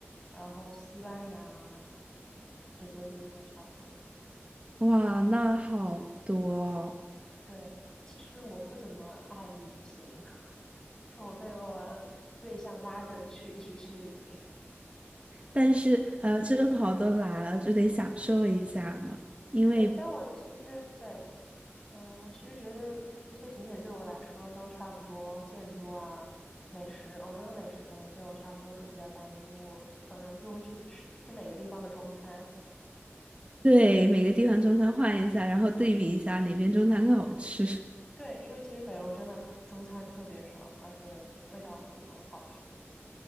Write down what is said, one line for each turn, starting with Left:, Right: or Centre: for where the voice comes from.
Left: 然后西班牙这些地方差不多。
Right: 哇，那好多哦
Left: 对，其实我不怎么爱旅行。是我被我对象拉着去一起去旅行。
Right: 但是呃，正好都来了，就得享受一下嘛，因为
Left: 对，但我其实对，嗯，我其实觉得这些景点对我来说都差不多，建筑啊、美食，欧洲的美食可能就差不多都比较单一，我可能就会去吃吃每个地方的中餐。
Right: 对，每个地方中餐换一下，然后对比一下哪边中餐更好吃，
Left: 对，因为其实北欧真的很中餐特别少，而且味道不怎么好吃。